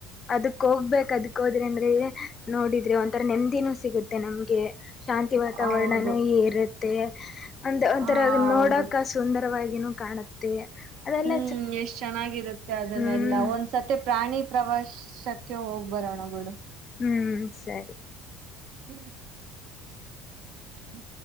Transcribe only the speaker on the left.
ಅದಕ್ ಹೋಗ್ಬೇಕ ಅದಕ್ ಹೋದ್ರೆ ಅಂದ್ರೆ ನೋಡಿದ್ರೆ ಒಂಥರ ನೆಮ್ಮದಿನೂ ಸಿಗುತ್ತೆ ನಮ್ಗೆ ಶಾಂತಿ ವಾತಾವರಣನೂ
ಇರು ಒ ಒಂಥರ
ನೋಡಕ ಸುಂದರವಾಗಿನೂ ಕಾಣುತ್ತೆ ಅದೆಲ್ಲ
ಹ್ಮ್
ಹ್ಮ್ ಸರಿ